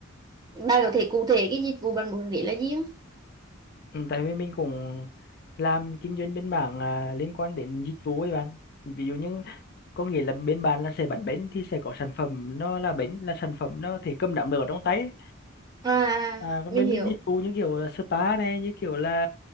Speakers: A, on the right (about 20°); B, on the left (about 45°).
A: bạn có thể cụ thể cái dịch vụ bạn muốn nghĩ là gì không
B: ừ, tại vì mình cũng làm kinh doanh bên mảng à, liên quan đến dịch vụ ấy bạn ví dụ như có nghĩa là bên bạn là sẽ bán bánh thì sẽ có sản phẩm nó là bánh là sản phẩm nó thể cầm nắm được ở trong tay ấy.
A: à
B: à, còn
A: mình
B: bên
A: hiểu
B: bên dịch vụ như kiểu là spa này như kiểu là